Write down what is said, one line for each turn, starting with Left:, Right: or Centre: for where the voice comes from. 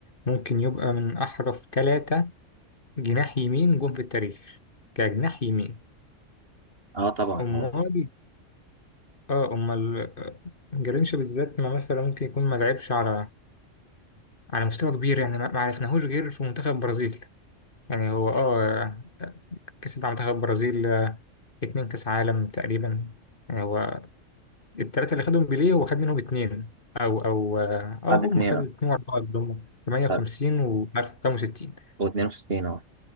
Left: ممكن يبقى من أحرف ثلاثة جناح يمين جم في التاريخ كجناح يمين
Right: اه طبعا
Left: أمال
Right: هو
Left: اه أمال آه، جرينش بالذات ما مثلا ممكن يكون ما لعبش على على مستوى كبير يعني ما ما عرفناهوش غير في منتخب البرازيل يعني هو اه كسب مع منتخب البرازيل آه، اتنين كأس عالم تقريبا يعني هو التلاتة اللي خدهم بيليه هو خد منهم اتنين أو أو اه آه،
Right: خد
Left: هم
Right: اتنين
Left: خدوا
Right: اه
Left: اتنين وأربعة ضمن 58
Right: خد-
Left: و 1065
Right: واتنين وستين اه